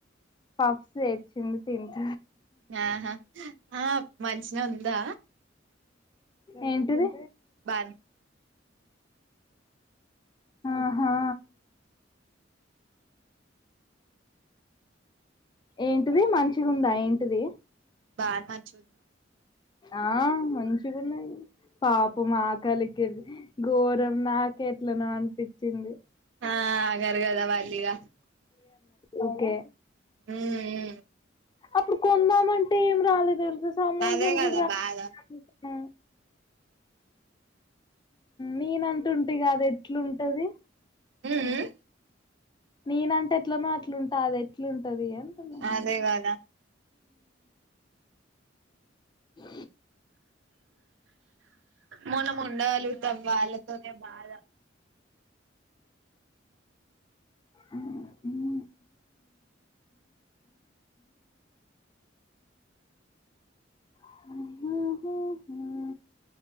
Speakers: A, on the left; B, on the right.
A: పఫ్స్ తేచ్చింది తింట
B: ఆహా ఆ మనిషిన ఉందా
A: ఏంటిది
B: బానే
A: అహా ఏంటిది మంచి ఉందా ఏంటిది
B: బార్ మచుంది
A: ఆ మంచిగాన్నాయి పాపం ఆకలికి ఇది ఘోరం నాక్ ఎట్లనో అనిపించింది
B: ఆ ఆగరు కదా వాళ్ళు ఇగ
A: ఓకే
B: ఏ ఏ
A: అప్పుడు కొందామంటే ఏం రాలేదు తెలుసు సమోసాలు
B: అదే కదా
A: కూడా ర
B: బాధ
A: నేనంటుంటా కాదా ఎట్లు ఉంటది
B: ఉ ఊ
A: నేనంటే ఎట్లనో అట్లుంటా అది ఎట్లుంటది అంటున
B: అదే కాదా
A: అ
B: మనం ఉండగాలి త వాళ్ళతోనే బాగా
A: ఉ ఆహహ